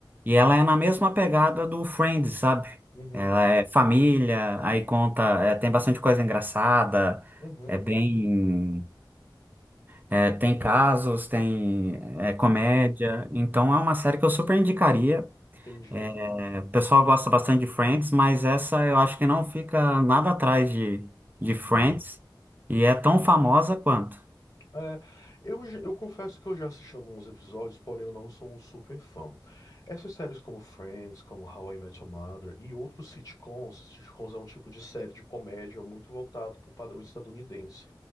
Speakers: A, on the right (about 20°); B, on the left (about 40°).
A: E ela é na mesma pegada do Friends, sabe?
B: Uhum.
A: Ela é família, aí conta, é, tem bastante coisa engraçada,
B: Uhum.
A: é bem, é, tem casos, tem, é,
B: Entendi.
A: comédia. Então é uma série que eu super indicaria.
B: Entendi.
A: É, o pessoal gosta bastante de Friends, mas essa eu acho que não fica nada atrás de, de
B: Uhum.
A: Friends e é tão
B: uhum.
A: famosa quanto.
B: É, eu, j- eu confesso que eu já assisti alguns episódios, porém eu não sou um super fã. Essas séries como Friends, como How I Met Your Mother e outros sitcoms, sitcoms é um tipo de série de comédia muito voltado para o padrão estadunidense,